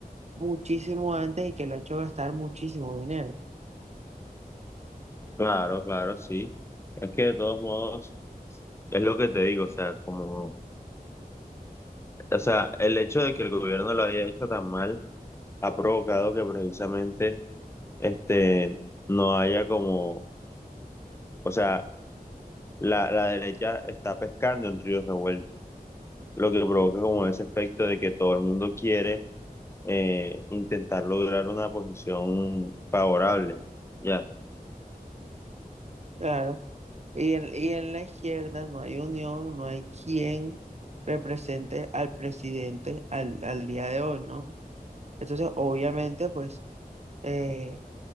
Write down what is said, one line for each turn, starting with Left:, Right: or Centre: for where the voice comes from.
Right: muchísimo antes y que lo ha hecho gastar muchísimo dinero.
Left: Claro, claro, sí. Es que de todos modos, es lo que te digo, o sea, como, o sea, el hecho de que el gobierno lo haya hecho tan mal ha provocado que precisamente, este, no haya como, o sea, la, la derecha está pescando en ríos revueltos, lo que provoca como ese efecto de que todo el mundo quiere eh, intentar lograr una posición favorable, ya.
Right: Claro. Y en, y en la izquierda no hay unión, no hay quien represente al presidente al, al día de hoy, ¿no? Entonces, obviamente, pues eh,